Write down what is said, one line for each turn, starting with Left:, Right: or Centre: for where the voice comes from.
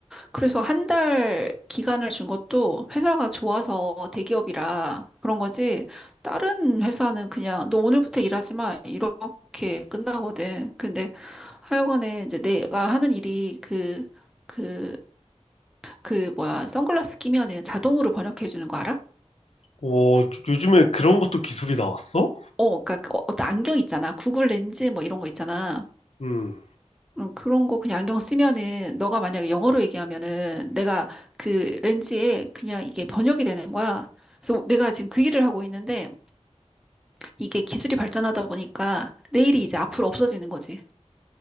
Centre: 그래서 한 달 기간을 준 것도 회사가 좋아서 대기업이라 그런 거지. 다른 회사는 그냥 너 오늘부터 일하지 마. 이렇게 끝나거든. 근데 하여간에 이제 내가 하는 일이 그, 그, 그 뭐야. 선글라스 끼면은 자동으로 번역해 주는 거 알아?
Left: 오, 요즘에 그런 것도 기술이 나왔어?
Centre: 어, 그러니까 그 어- 어떤 안경 있잖아. 구글 렌즈 뭐 이런 거 있잖아.
Left: 음,
Centre: 음, 그런 거 그냥 안경 쓰면은 너가 만약에 영어로 얘기하면은 내가 그 렌즈에 그냥 이게 번역이 되는 거야. 그래서 내가 지금 그 일을 하고 있는데 이게 기술이 발전하다 보니까 내일이 이제 앞으로 없어지는 거지.